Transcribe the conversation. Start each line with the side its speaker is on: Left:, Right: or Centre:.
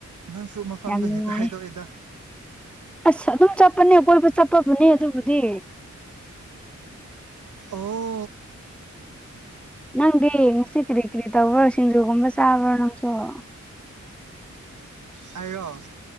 Right: ꯅꯪꯁꯨ ꯃꯐꯝꯗꯣ
Centre: ꯌꯥꯝ ꯅꯨꯡꯉꯥꯏꯌꯦ
Right: ꯍꯦꯛꯇ ꯍꯥꯏꯗꯣꯛꯑꯦꯗ
Centre: ꯑꯁ ꯑꯗꯨꯝ ꯆꯠꯄꯅꯦ ꯀꯣꯏꯕ ꯆꯠꯄꯕꯨꯅꯦ ꯑꯗꯨꯕꯨꯗꯤ
Right: ꯑꯣ
Centre: ꯅꯪꯗꯤ ꯉꯁꯤ ꯀꯔꯤ ꯀꯔꯤ ꯇꯧꯕ꯭ꯔꯣ ꯁꯤꯡꯖꯨꯒꯨꯝꯕ ꯆꯥꯕ꯭ꯔꯣ ꯅꯪꯁꯨ <inaudible>
Right: ꯑꯩꯔꯣ